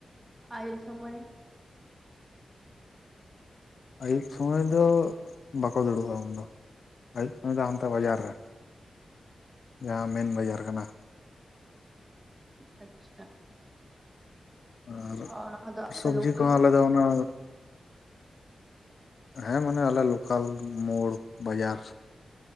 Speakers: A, on the right; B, on the left.
A: ᱟᱭᱩᱵ ᱥᱚᱢᱚᱭ
B: ᱟᱹᱭᱩᱵ ᱥᱚᱢᱚᱭ ᱫᱚ ᱵᱟᱠᱚ ᱫᱩᱲᱩᱵᱼᱟ ᱩᱱᱫᱚ ᱟᱹᱭᱩᱵ ᱥᱚᱢᱚᱭ ᱫᱚ ᱦᱟᱱᱛᱮ ᱵᱟᱡᱟᱨ ᱨᱮ ᱡᱟᱦᱟᱸ ᱢᱮᱱ ᱵᱟᱡᱟᱨ ᱠᱟᱱᱟ
A: ᱟᱪᱪᱷᱟ
B: ᱟᱨ
A: ᱚᱱᱟ ᱫᱚ ᱟᱯᱮ
B: ᱥᱚᱵᱡᱤ
A: ᱞᱳᱠᱟᱞ
B: ᱠᱚᱦᱚᱸ ᱟᱞᱮ ᱫᱚ ᱚᱱᱟ ᱦᱮᱸ ᱢᱟᱱᱮ ᱟᱞᱮ ᱞᱳᱠᱟᱞ ᱢᱳᱲ ᱵᱟᱡᱟᱨ